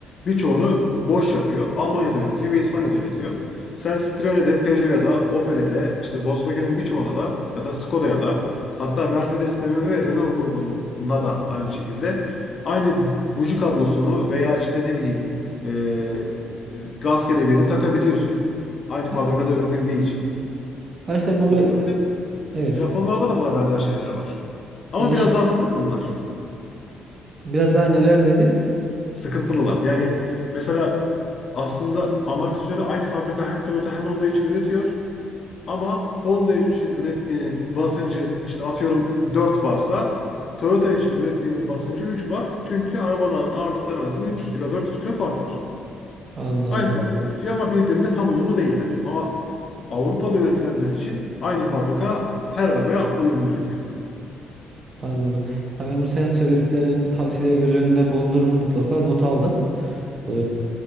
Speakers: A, on the left (about 45°); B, on the right (about 40°).
A: birçoğunu boş yapıyor. Almanya'da üretiyor ve İspanya'da üretiyor. Sen Citroen'e de, Peugeot'a da, Opel'e de, işte Volkswagen'in birçoğuna da ya da Skoda'ya da hatta Mercedes, BMW ve Renault grubuna da aynı şekilde aynı buji kablosunu veya işte ne bileyim e, e, gaz kelebeğini takabiliyorsun. Aynı fabrikada
B: Ha
A: üretildiği için.
B: ha işte bu
A: Dolayısıyla
B: evet.
A: Japonlarda da buna benzer şeyler var. Ama
B: Ya iş
A: biraz daha sıkıntılılar.
B: biraz daha neler dedin?
A: Sıkıntılılar. Yani mesela aslında amortisörü aynı fabrika hem Toyota hem Honda için üretiyor. Ama Honda için ürettiğinin basıncı işte atıyorum dört barsa Toyota için ürettiğinin basıncı 3 bar. Çünkü arabaların ağırlıkları arasında üç yüz kilo 400 kilo fark var.
B: Anladım.
A: Aynı fabrika üretiyor ama birbirine tam uyumlu değiller. Ama Avrupa'da üretilenler için aynı fabrika her arabaya uyumlu üretiyor.
B: Anladım. Ya ben bu senin söylediklerin tavsiyeleri göz önünde bulundururum mutlaka. Not aldım. Ee,